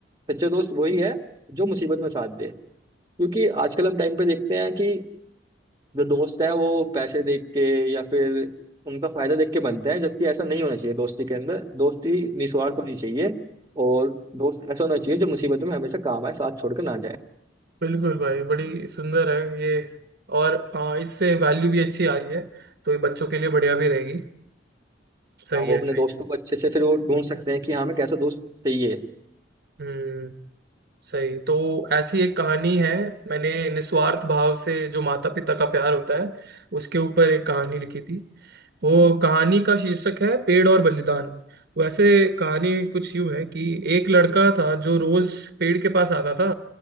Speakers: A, on the right; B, on the right.
A: सच्चे दोस्त वही है जो मुसीबत में साथ दे क्योंकि आजकल हम टाइम पे देखते हैं कि जो दोस्त है वो पैसे देख के या फिर उनका फायदा देख के बनते हैं जबकि ऐसा नहीं होना चाहिए दोस्ती के अंदर दोस्ती निस्वार्थ होनी चाहिए और दोस्त ऐसा होना चाहिए जो मुसीबतों में हमेशा काम आए साथ छोड़कर ना जाए
B: बिल्कुल भाई बड़ी सुंदर है ये और हाँ इससे वैल्यू भी अच्छी आ रही है तो ये बच्चों के लिए बढ़िया भी रहेगी सही
A: हाँ, वो
B: है
A: अपने
B: सही
A: दोस्तों
B: है
A: को अच्छे से फिर वो ढूंढ सकते हैं कि हाँ हमें कैसा दोस्त चाहिए
B: हम्म सही तो ऐसी एक कहानी है मैंने निस्वार्थ भाव से जो माता पिता का प्यार होता है उसके ऊपर एक कहानी लिखी थी वो कहानी का शीर्षक है पेड़ और बलिदान वैसे कहानी कुछ यूं है कि एक लड़का था जो रोज पेड़ के पास आता था